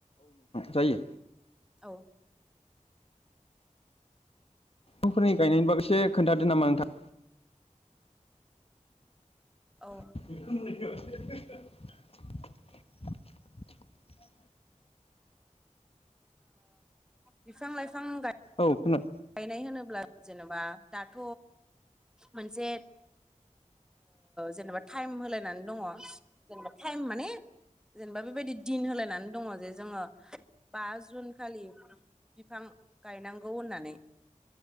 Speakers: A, on the left; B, in the centre.
A: थारो।
B: औ
A: दफांफोरनि गायनायनि बागैसे खोन्थादो नामा नोंथां?
B: औ
A: <inaudible>
B: बिफां लाइफां गाय
A: औ खोना
B: गायनाय होनोब्ला जेनेबा दाथ' मोनसे जेनेबा टाइम होलायनानै दङ जेनेबा टाइम माने जेनेबा बेबायदि दिन होलायनानै दङ जे जोङो बा जुन खालि बिफां गायनांगौ होननानै